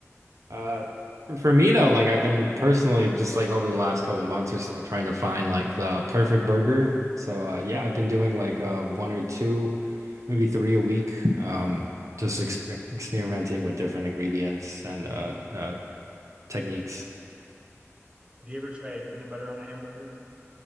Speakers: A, on the right (about 80°); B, on the right (about 25°).
A: Uh for, for me though, like I've been personally just like over the last couple months or so trying to find like the perfect burger. So uh yeah,
B: oh
A: I've
B: yeah.
A: been doing like uh one or two, maybe three a week. Um just
B: Wow.
A: exper experimenting with different ingredients and uh uh techniques.
B: Have you ever tried peanut butter on a hamburger?